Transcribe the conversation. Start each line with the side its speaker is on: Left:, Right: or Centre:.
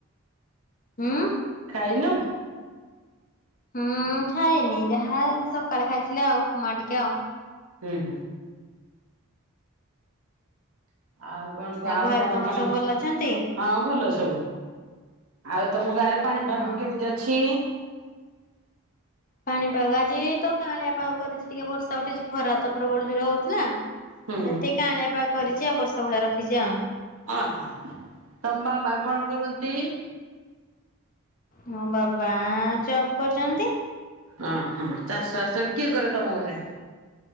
Left: ହଁ।
Right: ଖାଇନ?
Left: ହଁ ଖାଇନି, ଯାହା ସକାଳେ ଖାଇଥିଲି ଆଉ ଉପମା ଟିକେ ଆ।
Right: ହୁଁ, ହୁଁ। ଆଉ କଣ କଅ, ଆଉ
Left: ଘରେ
Right: କଣ
Left: ତମର
Right: କଣ?
Left: ସବୁ ଭଲ ଅଛନ୍ତି?
Right: ହଁ ଭଲ ସବୁ ଆଉ ତୋମ ଗାଁରେ ପାଣିପାଗ
Left: ହଁ।
Right: କେମିତି ଅଛି?
Left: ପାଣିପାଗ ଆଜି ତ କାଁଳିଆ ପାାଗ କରିଛି ଟିକେ, ବର୍ଷା ଉଠିଛି, ଖରା ତ ପ୍ରବଳ ଜୋର ହଉଥିଲା।
Right: ହୁଁ
Left: ଆଉ ଟିକେ କାଁଳିଆ ପାଗ କରିଛି, ଆଉ ବର୍ଷା ଭଳିଆ ରଖିଛି ଆଉ।
Right: ଓ ହଁ ହଁ ତୋମ ବାପା କଣ କରନ୍ତି?
Left: ମୋ ବାବା ଜବ୍ କରୁଛନ୍ତି।
Right: ଓ ହଁ ଚାଷ ବାସ କିଏ କରେ ତୋମ ଘରେ?